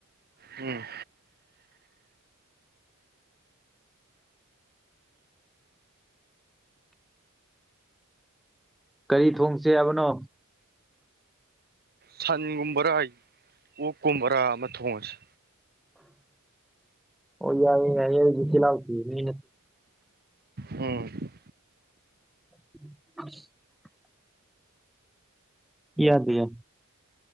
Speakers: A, on the right; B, in the centre.
A: ꯎꯝ
B: ꯀꯔꯤ ꯊꯣꯡꯁꯦ ꯍꯥꯏꯕꯅꯣ
A: ꯁꯟꯒꯨꯝꯕꯔꯥ ꯑꯩ ꯑꯣꯛꯀꯨꯝꯕꯔꯥ ꯑꯃ ꯊꯣꯡꯉꯁꯦ
B: ꯑꯣ ꯌꯥꯏ ꯌꯥ ꯐꯤꯂ ꯊ ꯃꯦ
A: ꯎꯝ
B: <unintelligible> ꯌꯥꯗ ꯌꯥ